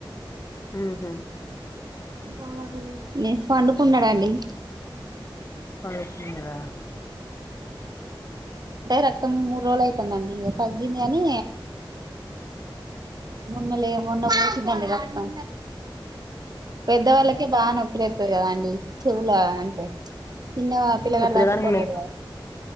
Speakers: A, on the left (about 30°); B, on the right (about 50°).
A: హ్మ్మ్
B: ఉ న పండుకున్నాడంండి
A: పనుకున్నారా
B: రక్తం మూడు రోజులు అయితుందండి ఇగ తగ్గింది కాని మొన్న లేవలే మన బసిధని రతా పెద్దవాళ్ళకే బాగా నొప్పుిరెతుంది కదాండి చెవుల అంటే ఇన్న పిల్లగారు
A: ఈ పిల్లగానికి
B: తట్టుకోలేదు
A: మీ